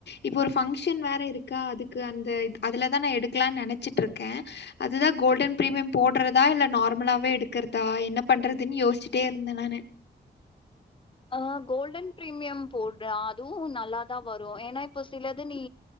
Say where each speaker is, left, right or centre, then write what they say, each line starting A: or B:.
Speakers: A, on the left; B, on the left.
A: இப்ப ஒரு பங்ஷன் வேற இருக்கா அதுக்கு அந்த அதுலதா நா எடுக்கலான் நெனைச்சுட்ருக்கே அதுதா கோல்டன் பிரீமியம் போட்றதா இல்ல நார்மலாவே எடுக்கறதா என்ன பண்றதுன் யோஸ்ச்சுட்டே இருந்தே நானு
B: அ கோல்டன் பிரீமியம் போட்றா அதுவு நல்லாதா வரு ஏனா இப்போ சிலது நீ